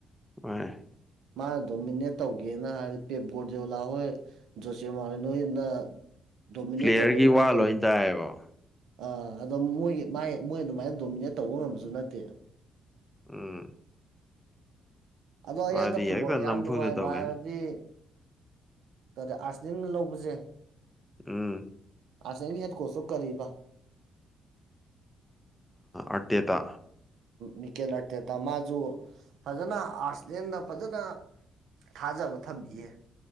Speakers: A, in the centre; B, on the right.
A: ꯃꯥꯅꯤ
B: ꯃꯥ ꯗꯣꯃꯤꯅꯦꯠ ꯇꯧꯒꯦꯅ ꯍꯥꯏꯔꯗꯤ ꯄꯦꯞ ꯖꯥꯂꯥꯍꯣꯏ ꯖꯣꯁꯦ ꯃꯥ ꯅꯣꯏꯅ ꯗꯣꯃꯤꯅꯦꯠ
A: ꯄ꯭ꯂꯦꯌꯔꯒꯤ
B: ꯇꯧꯕ ꯑꯗꯨꯃꯥꯏꯅ
A: ꯋꯥ
B: ꯇꯧ
A: ꯂꯣꯏ ꯇꯥꯏꯌꯦꯕ
B: ꯑꯥ ꯑꯗꯣ ꯃꯣꯏꯒꯤ ꯃꯥꯏ ꯃꯣꯏ ꯑꯗꯨꯃꯥꯏꯅ ꯗꯣꯃꯤꯅꯦꯠ ꯇꯧꯕ ꯉꯝꯕꯁꯨ ꯅꯠꯇꯦ
A: ꯎꯝ
B: ꯑ ꯑꯗꯣ ꯑꯩ
A: ꯃꯥꯗꯤ
B: ꯍꯟꯗꯛ ꯐꯨꯠꯕꯣꯜ
A: ꯍꯦꯛꯇ
B: ꯌꯥꯝ
A: ꯅꯝꯐꯨꯗ
B: ꯅꯨꯡꯉꯥꯏꯕ
A: ꯇꯧꯋꯦ
B: ꯍꯥꯏꯔꯗꯤ ꯑꯥꯔꯁꯅꯦꯜꯅ ꯂꯧꯕꯁꯦ
A: ꯎꯝ
B: ꯑꯔꯁꯅꯦꯜꯒꯤ ꯍꯦꯠꯀꯣꯁꯇꯨ ꯀꯔꯤꯕ
A: ꯑꯇꯦꯇꯥ
B: ꯃꯤꯀꯦꯜ ꯑꯔꯇꯦꯠꯇ ꯃꯥꯁꯨ ꯐꯖꯅ ꯑꯥꯔꯠꯁꯂꯦꯟꯗ ꯐꯖꯅ ꯊꯥꯖꯕ ꯊꯝꯕꯤꯌꯦ